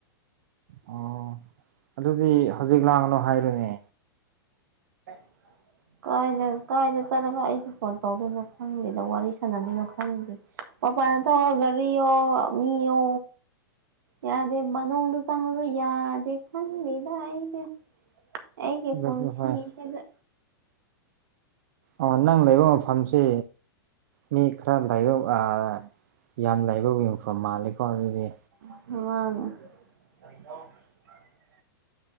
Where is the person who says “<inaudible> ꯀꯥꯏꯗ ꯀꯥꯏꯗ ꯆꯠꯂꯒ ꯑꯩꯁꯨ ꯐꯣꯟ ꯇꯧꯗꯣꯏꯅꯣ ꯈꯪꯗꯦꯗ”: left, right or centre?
Right